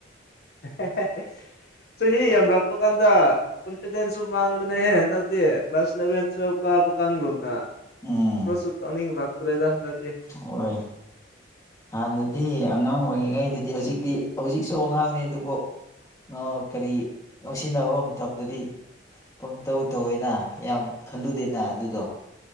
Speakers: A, on the left (about 55°); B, on the left (about 20°).
A: <unintelligible> ꯁꯣ ꯍ ꯌꯥꯝ ꯂꯥꯛꯛꯄ ꯀꯥꯟꯗ ꯀꯣꯟꯐꯤꯗꯦꯟꯁꯁꯨ ꯃꯥꯡꯕꯅꯦꯍꯦ ꯍꯟꯗꯛꯇꯤ ꯀ꯭ꯂꯥꯁ ꯏꯂꯦꯚꯦꯟ ꯇꯨꯋꯜꯐꯀ ꯀꯥꯟꯒꯨꯝꯅꯣꯁꯨꯧꯅꯤ
B: ꯎꯝ
A: ꯐ ꯇ꯭ꯔꯦꯗ ꯂꯗꯤ
B: ꯍꯣꯏ ꯍꯥꯟꯅꯗꯤ ꯑꯉꯥꯡ ꯑꯣꯏꯔꯤꯉꯩꯗꯗꯤ ꯍꯧꯖꯤꯛꯇꯤ ꯍꯧꯖꯤꯛꯁꯨ ꯑꯉꯥꯡꯅꯦ ꯑꯗꯨꯕꯨ ꯑ ꯀꯔꯤ ꯂꯧꯁꯤꯟꯅꯕ ꯃꯇꯝꯗꯗꯤ ꯄꯪꯇꯧ ꯇꯧꯋꯦꯅ ꯌꯥꯝ ꯈꯜꯂꯨꯗꯦꯅ ꯑꯗꯨꯗꯣ